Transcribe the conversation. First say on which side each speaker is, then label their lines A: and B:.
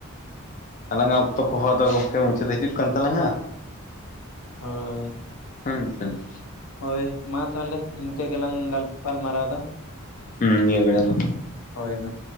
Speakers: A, on the left (about 35°); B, on the left (about 85°).
A: ᱟᱞᱟᱝᱟᱜ ᱚᱠᱛᱚ ᱠᱚᱦᱚᱸ ᱟᱫᱚ ᱜᱚᱢᱠᱮ ᱢᱩᱪᱟᱹᱫ ᱦᱤᱡᱩᱜ ᱠᱟᱱ ᱛᱟᱞᱟᱝᱼᱟ᱾
B: ᱦᱳᱭ᱾
A: ᱦᱮᱸ ᱥᱮᱸ᱾
B: ᱦᱳᱭ ᱢᱟ ᱛᱟᱦᱚᱞᱮ ᱤᱱᱠᱟᱹ ᱜᱮᱞᱟᱝ ᱜᱟᱯᱟᱞ, ᱢᱟᱨᱟᱣ ᱫᱟ
A: ᱦᱩᱸ ᱱᱤᱭᱟᱹ ᱵᱮᱲᱟ ᱫᱚ
B: ᱦᱳᱭ ᱢᱟ᱾